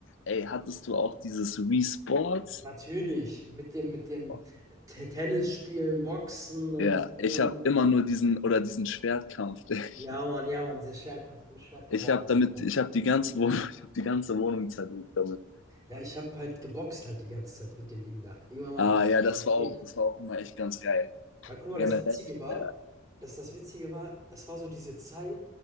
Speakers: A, on the left; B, on the right.
A: ey, hattest du auch dieses Wii Sports?
B: Natürlich, mit dem mit dem
A: Boah,
B: Te Tennis spielen, Boxen und
A: Ja,
B: und
A: ich
B: und
A: habe
B: und.
A: immer nur diesen oder diesen Schwertkampf. <laughs>
B: Ja, Mann, ja, Mann, dieses Schwertkampf Schwertkampf
A: Ich
B: war
A: habe
B: auch
A: damit,
B: nicht
A: ich habe die ganze Wohnung, <laughs> ich habe die ganze Wohnung zerlegt damit.
B: Ja, ich habe halt geboxt halt die ganze Zeit mit dem Ding da. Irgendwann mal
A: Ah
B: dachte
A: ja,
B: ich:
A: das
B: „Okay“
A: war auch, das war auch immer echt ganz geil.
B: Weil guck mal,
A: Generell.
B: das Witzige war,
A: Äh,
B: dass das Witzige war, das war so diese Zeit,